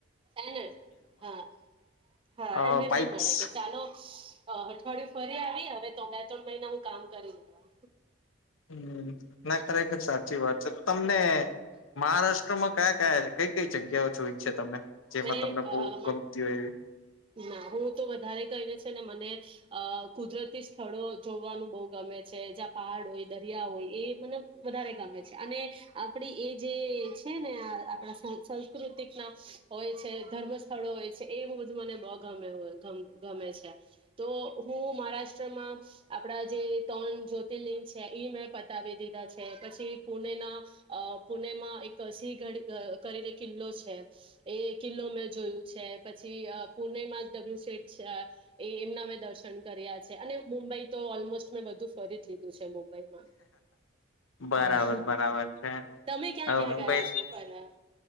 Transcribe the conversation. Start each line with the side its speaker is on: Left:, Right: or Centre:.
Right: એને હા હા
Left: અ
Right: એનર્જી
Left: વાઈબ્સ
Right: મળે કે ચાલો આ અઠવાડિયે ફરી આવી હવે તો બે ત્રણ મહિના હું કામ કરી દેવા
Left: હમ ના ખરેખર સાચી વાત છે તમને મહારાષ્ટ્રમાં કયા કયા કઈ કઈ જગ્યાઓ જોઈ છે? તમે જેમાં
Right: મેં
Left: તમને બહુ
Right: અ મા
Left: ગમતી હોય
Right: ના હું તો વધારે કરીને છે ને મને અ કુદરતી સ્થળો જોવાનું બહુ ગમે છે જ્યાં પહાડ હોય, દરિયા હોય એ મને વધારે ગમે છે અને આપડી એ જે છે ને આ આપણા સંસ્કૃતિકના હોય છે ધર્મ સ્થળો હોય છે એવું બધું મને બહુ ગમ ગમે છે તો હું મહારાષ્ટ્રમાં આપણા જે ત્રણ જ્યોતિર્લિંગ છે એ મેં પતાવી દીધા છે પછી પુણેના અ પુણેમાં એક સિંહઘડ કરીને એક કિલ્લો છે એ કિલ્લો મેં જોયું છે પછી પુણેમાં ડબલ્યુ સેટ છે અ એ એમના મેં દર્શન કર્યા છે અને મુંબઈ તો ઓલમોસ્ટ મેં બધું ફરી જ લીધું છે મુંબ ઈમા
Left: એવી બરાબર
Right: હા
Left: બરાબર છે
Right: તમે ક્યાં
Left: હવે
Right: ક્યાં
Left: મુંબઈ
Right: ગયા છો ફરવા?